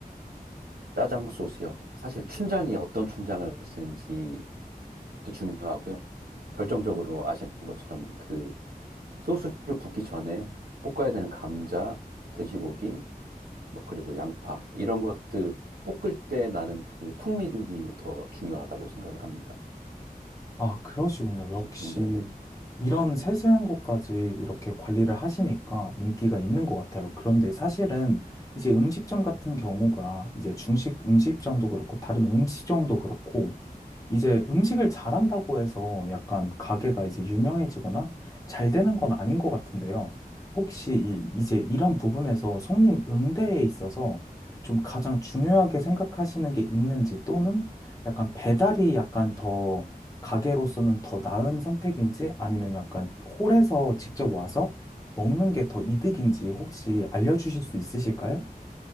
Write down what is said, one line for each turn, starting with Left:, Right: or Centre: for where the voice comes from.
Right: 짜장 소스요. 사실 춘장이 어떤 춘장을 쓰는지도 중요하고요. 결정적으로 아시는 것처럼 그 소스를 붓기 전에 볶아야 되는 감자, 돼지고기, 뭐 그리고 양파 이런 것들 볶을 때 나는 그 풍미들이 더 중요하다고 생각을 합니다.
Left: 아, 그러시군요. 역시
Right: 네네.
Left: 이런 세세한 것까지 이렇게 관리를 하시니까 인기가 있는 것 같아요. 그런데 사실은 이제 음식점 같은 경우가 이제 중식 음식점도 그렇고 다른 음식점도 그렇고 이제 음식을 잘한다고 해서 약간 가게가 이제 유명해지거나 잘 되는 건 아닌 것 같은데요. 혹시 이, 이제 이런 부분에서 손님 응대에 있어서 좀 가장 중요하게 생각하시는 게 있는지 또는 약간 배달이 약간 더 가게로서는 더 나은 선택인지 아니면 약간 홀에서 직접 와서 먹는 게 더 이득인지 혹시 알려주실 수 있으실까요?